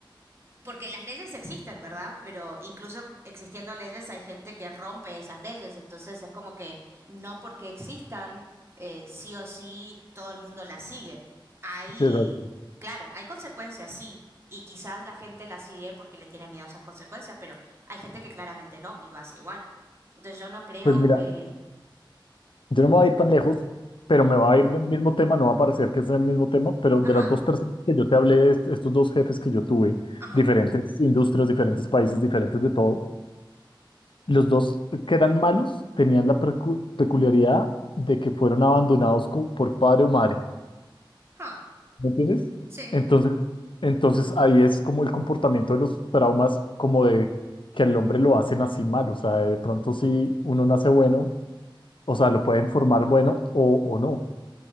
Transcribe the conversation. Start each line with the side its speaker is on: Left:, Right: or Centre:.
Right: porque las leyes existen, ¿verdad? Pero incluso existiendo leyes hay gente que rompe esas leyes, entonces es como que no porque existan, eh, sí o sí todo el mundo las sigue. Hay,
Left: exacto.
Right: claro, hay consecuencias, sí, y quizás la gente las sigue porque le tiene miedo a esas consecuencias, pero hay gente que claramente no y lo hace igual. Entonces yo no creo
Left: Pues mira,
Right: que...
Left: yo no me voy a ir tan lejos, pero me va a ir del mismo tema, no va a parecer que es el mismo tema, pero
Right: Ajá,
Left: de las dos personas que yo te hablé, est- estos dos jefes que yo tuve,
Right: ajá,
Left: diferentes industrias, diferentes países, diferentes de todo. Los dos que eran malos tenían la percu- peculiaridad de que fueron abandonados co- por padre o madre.
Right: ajá,
Left: ¿Me entiendes?
Right: sí.
Left: Entonces, entonces ahí es como el comportamiento de los traumas, como de que al hombre lo hacen así mal. O sea, de pronto si uno nace bueno, o sea, lo pueden formar bueno o, o no.